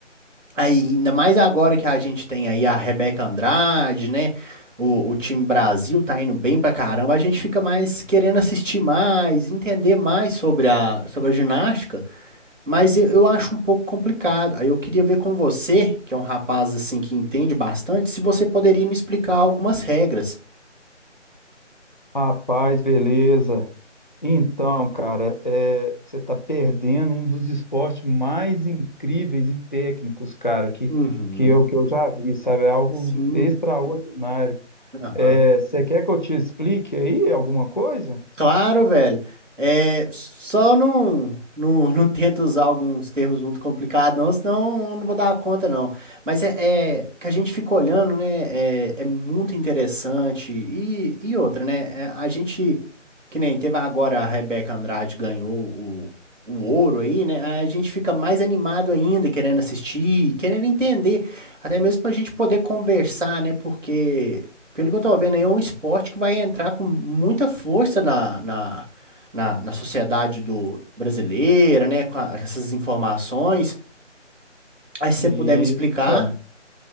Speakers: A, on the right (about 80°); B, on the left (about 40°).
A: Aí, ainda mais agora que a gente tem aí a Rebeca Andrade, né? O, o time Brasil tá indo bem pra caramba. A gente fica mais querendo assistir mais, entender mais sobre a, sobre a ginástica, mas eu, eu acho um pouco complicado. Aí eu queria ver com você, que é um rapaz assim que entende bastante, se você poderia me explicar algumas regras.
B: Rapaz, beleza. Então, cara, é, você tá perdendo um dos esportes mais incríveis e técnicos, cara, que,
A: Uhum,
B: que, eu, que eu já vi, sabe? É algo
A: sim,
B: extraordinário.
A: aham.
B: É, você quer que eu te explique aí alguma coisa?
A: Claro, velho. É, só não, não, <laughs> não tenta usar alguns termos muito complicados, não, senão eu não vou dar conta, não. Mas é, é que a gente fica olhando, né? É, é muito interessante. E, e outra, né? é, a gente, que nem teve agora a Rebeca Andrade ganhou o, o ouro aí, né? A gente fica mais animado ainda, querendo assistir, querendo entender, até mesmo pra gente poder conversar, né? Porque pelo que eu tô vendo aí, é um esporte que vai entrar com muita força na, na, na, na sociedade do brasileira, né? Com a- essas informações. Aí se você
B: Isso,
A: puder me explicar.
B: cara.